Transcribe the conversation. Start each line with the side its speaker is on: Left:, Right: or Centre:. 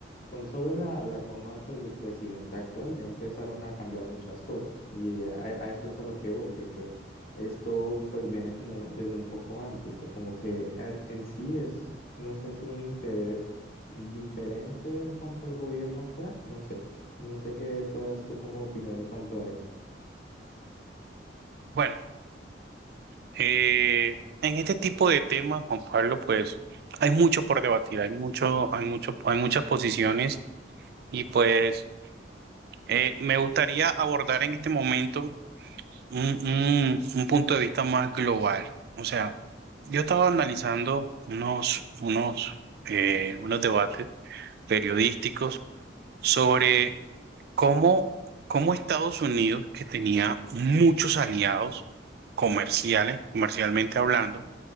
Left: con solo la, la toma pues del presidente actual ya empezaron a cambiar muchas cosas y a, a eso es a lo que voy, de que esto pues viene como desde un poco antes, ¿no? como que eh, en sí es, no sé si un interés diferente en cuanto al gobierno actual, no sé, no sé qué puedas tú como opinar en cuanto a esto.
Right: Bueno, eh, en este tipo de temas, Juan Pablo, pues hay mucho por debatir, hay mucho, hay mucho, hay muchas posiciones y pues eh, me gustaría abordar en este momento un, un, un punto de vista más global. O sea, yo estaba analizando unos, unos, eh, unos debates periodísticos sobre cómo, cómo Estados Unidos, que tenía muchos aliados comerciales, comercialmente hablando,